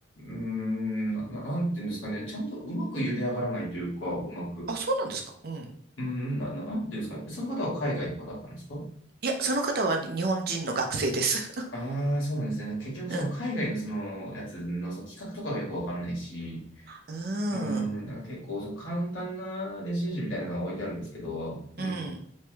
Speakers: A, on the left; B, on the right.
A: ん、な、なんていうんですかね。ちゃんとうまく茹で上がらないというか、うまく。
B: あ、そうなんですかうん。
A: うん、な、ななんていうんですかね。その方は海外の方だったんですか
B: いや、その方は日本人の学生です。
A: ああー、そうなんですね。結局、
B: <laughs> うん。
A: その海外のそのやつのその企画とかがよくわかんないし、
B: ああ、
A: うん、なんか結構その簡単な電子レンジみたいなのが置いてあるんですけど、うん、
B: うん。うん。